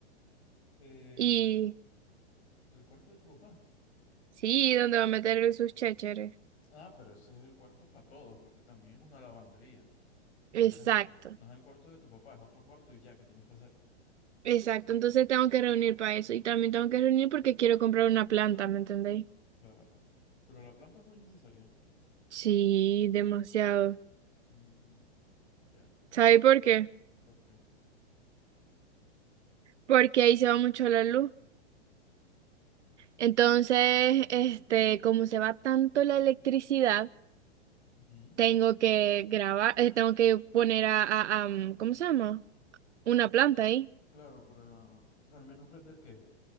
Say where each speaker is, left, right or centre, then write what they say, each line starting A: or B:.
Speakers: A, on the left; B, on the right.
A: Eh,
B: Y
A: el cuarto de tu papá.
B: sí, donde va a meter el sus chécheres?
A: Ah, pero ese es el cuarto para todos, porque también es una lavandería.
B: Exacto,
A: Tienes que hacer- No es el cuarto de tu papá, es otro cuarto y ya, ¿qué tienes que hacer?
B: exacto. Entonces tengo que reunir para eso. Y también tengo que reunir porque quiero comprar una planta, ¿me entendéis?
A: Claro. Pero la planta es muy necesaria.
B: Sí, demasiado.
A: Mm, ya,
B: ¿Sabéis por qué?
A: ¿por qué?
B: Porque ahí se va mucho la luz. Entonces, este, como se va tanto la electricidad.
A: Ujú.
B: Tengo que grabar, eh, tengo que poner a, a- a, mm, ¿cómo se llama? Una planta ahí.
A: Claro, para al menos prender qué?